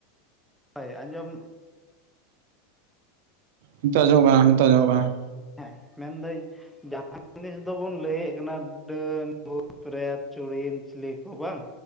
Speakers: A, in the centre; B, on the right.
A: ᱚᱭ ᱟᱸᱡᱚᱢ
B: ᱱᱤᱛᱚᱜ ᱟᱸᱡᱚᱢᱚᱜ ᱠᱟᱱᱟ ᱱᱤᱛᱚᱜ ᱟᱸᱡᱚᱢᱚᱜ ᱠᱟᱱᱟ᱾
A: ᱦᱮᱸ ᱢᱮᱱ ᱫᱟᱹᱧ ᱡᱟᱦᱟᱸ ᱡᱤᱱᱤᱥ ᱫᱚᱵᱚᱱ ᱞᱟᱹᱭᱮᱫ ᱠᱟᱱᱟ ᱰᱟᱹᱱ ᱵᱷᱩᱛ ᱪᱩᱨᱮᱛ ᱪᱩᱲᱤᱱ ᱪᱤᱞᱤ ᱠᱚ ᱵᱟᱝ